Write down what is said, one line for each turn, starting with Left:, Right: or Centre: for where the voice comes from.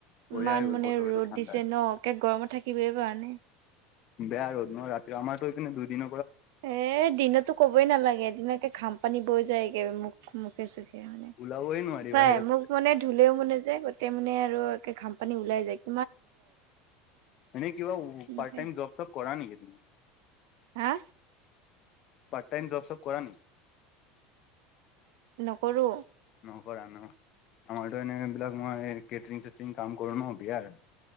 Left: বঢ়িয়া
Right: ইমান
Left: হৈ গ'ল
Right: মানে
Left: বতৰটো
Right: ৰ'দ
Left: ঠাণ্ডা
Right: দিছে ন, একে গৰমত থাকিবই পৰা নাই।
Left: বেয়া ৰ'দ নহ, ৰাতি আমাৰতো এইপিনে দুইদিন
Right: এ দিনতো কবই নালাগে এদিনকে ঘাম পানী বৈ যায় গে মোক মুখে চুখে মানে
Left: ওলাবই নোৱাৰি
Right: চাই
Left: বাহিৰত।
Right: মোক মানে ধুলেও মানে যে তে মানে আৰু একে ঘামপানী ওলাই যায়গ
Left: এনেই কিবা
Right: এনেকে
Left: পাৰ্ট তাইম জব চব কৰা নেকি তুমি?
Right: হা
Left: পাৰ্ট টাইম জব চব কৰা নি?
Right: নকৰোঁ।
Left: নকৰা ন, আমাৰতো এনে এইবিলাক মই কেটৰিং চেটৰিং কাম কৰো ন বিয়াৰ।